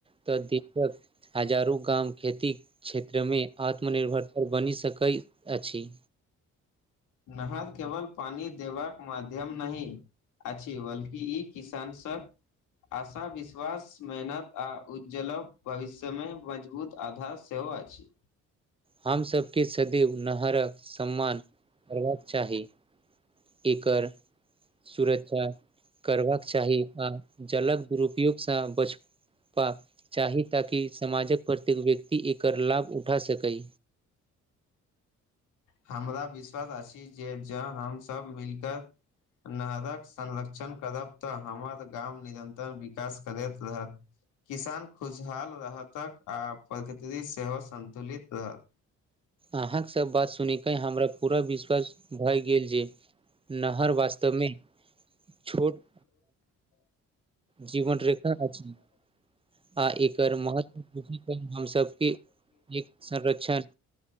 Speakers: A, on the right (about 20°); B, on the left (about 85°).
A: तऽ दिक्कत हजारो गाम खेती क्षेत्रमे आत्म निर्भर बनि सकैत अछि।
B: नहर केवल पानी देबाकऽ मध्यम नाहि अ बल्कि ई किसान सभ आश विश्वास मेहनत आ उज्जल भविष्य मे मजबूत आधार सेव अछि
A: हमसभके सदैव नहरक सम्मान करबाक चाही एकर सुरक्षा करबाक चाही आ जल कऽ दुरुपयोगसँ बच पा चाही ताकि समाजक प्रत्येक व्यक्ति एकर लाभ उठा सकै
B: हमरा विश्वास अछि जे हम सभ मिल कऽ नहरकऽ संरक्षण करब तऽ हमर गाम निरन्तर विकास करैत रहत किसान खुशहाल रहतक आ प्रकृति सेहो सन्तुलित रहत।
A: अहाँकेँ सभ बात सुनयके हमरा पूरा विश्वास भए गेल जे नहर वास्तव मे छोट जीवन रेखा अछि आ एकर महत्व हम सभके एक संर्षण